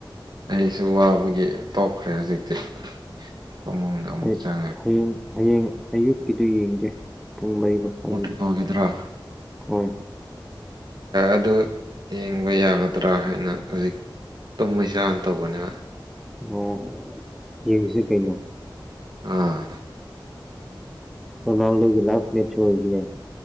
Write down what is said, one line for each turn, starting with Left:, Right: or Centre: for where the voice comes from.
Right: ꯑꯩꯁꯨ ꯋꯥꯕꯒꯤ ꯇꯣꯛꯈ꯭ꯔꯦ ꯍꯧꯖꯤꯛꯇꯤ ꯐꯃꯡꯗ ꯑꯃꯨꯛ
Centre: ꯍꯌꯦ-
Right: ꯆꯪꯉꯦ
Centre: ꯍꯌꯦꯡ ꯍꯌꯦꯡ ꯑꯌꯨꯛꯀꯤꯗꯨ ꯌꯦꯡꯗꯦ ꯄꯨꯡ ꯃꯔꯤ ꯃꯈꯥꯏꯒꯤꯗꯣ
Right: ꯄꯣꯔꯇꯨꯒꯜꯒꯤꯗꯨꯔꯣ
Centre: ꯍꯣꯏ
Right: ꯑꯗꯨ ꯌꯦꯡꯕ ꯌꯥꯒꯗ꯭ꯔꯥ ꯍꯥꯏꯅ ꯍꯧꯖꯤꯛ ꯇꯨꯝꯃꯩꯁꯤꯔꯥꯟ ꯇꯧꯕꯅꯦꯕ
Centre: ꯑꯣ ꯌꯦꯡꯁꯤ ꯀꯩꯅꯣ
Right: ꯑꯥ
Centre: ꯃꯃꯥꯡꯗꯒꯤ ꯂꯥꯁ ꯃꯦꯠꯆꯁꯨ ꯑꯣꯏꯕ ꯌꯥꯏ